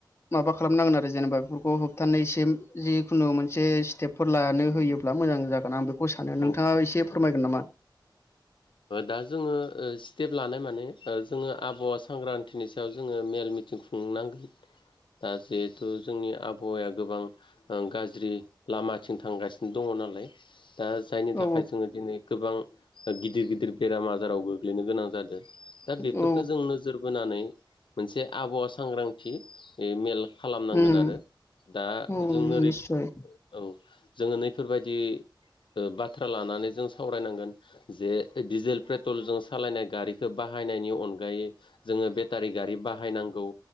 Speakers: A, on the left; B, on the left.
A: माबा खालामनांगोन आरो जेनेबा बेफोरखौ होबथानाय इसे जिखुनु मोनसे स्टेपफोर लानो होयो ब्ला मोजां जागोन आं बेखौ सानो नोंथाङा
B: औ
A: एसे
B: औ
A: फोरमायगोन नामा
B: दा जोङो स्टेप लानाय माने जोङो आबावा सांग्रांथिनि सायाव जोङो मेल मिथिं खुंनांगोन दा जिहेथु जोंनि आबहावाया गोबां अ गाज्रि लामाथिं थांगासिनो दङ नालाय दा जायनि थाखाय
A: औ
B: जोङो दिनै गोबां गिदिर गिदिर बेराम आजाराव गोग्लैनो गोनां जादों दा बेफोरखौ
A: औ
B: जों नोजोर बोनानै मोनसे आबहावा सांग्रांथि मेल खालामनांगोन
A: उम
B: आरो दा
A: औ
B: जों
A: निस्सय
B: ओरै औ जोङो नैफोरबायदि बाथ्रा लानानै जों सावरायनांगोन जे डिजेल पेट्रलजों सालायनाय गारिखौ बाहायनायनि अनगायै जोङो बेटारि गारि बाहायनां गौ